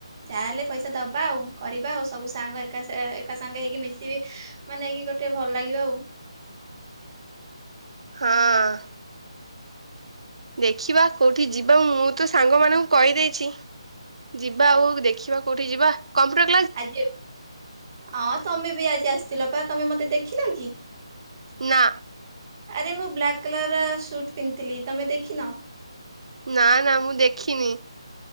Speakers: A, on the right (about 35°); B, on the right (about 70°).
A: ଯାହାହେଲେ ପଇସା ଦବା ଆଉ କରିବା ଆଉ ସବୁ ସାଙ୍ଗ ଏକା ଏକା ସାଙ୍ଗ ହେଇକି ମିଶିବି ମାନେ କି ଗୋଟେ ଭଲ ଲାଗିବ ଆଉ।
B: ହଁ। ଦେଖିବା କୋଉଠି ଯିବା ମୁଁ ତ ସାଙ୍ଗ ମାନଙ୍କୁ କହିଦେଇଛି ଯିବା ଆଉ ଦେଖିବାକୁ କଉଠି ଯିବା କମ୍ପୁଟର
A: ଆଜି ହଁ ତମେ ବି ଆଜି ଆସିଥିଲ ପା ତମେ ମତେ ଦେଖିନ କି?
B: ନା।
A: ଆରେ ମୁଁ ବ୍ଲାକ୍ କଲର ର ସୁଟ୍ ପିନ୍ଧଥିଲି ତମେ ଦେଖିନ?
B: ନା ନା ମୁଁ ଦେଖିନି।